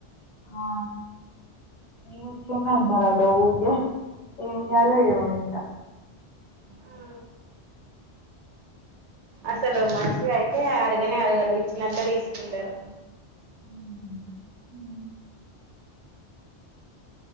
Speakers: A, on the left; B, on the right.
A: హా మూసుకొని ఉండాలి ఏమో ఇక ఏమి చేయాలో ఏమో ఇక
B: ఆ అసలు మంచి అయితే అడగనే అడగరు విచ్చినంత తీసుకుంటారు
A: ఉ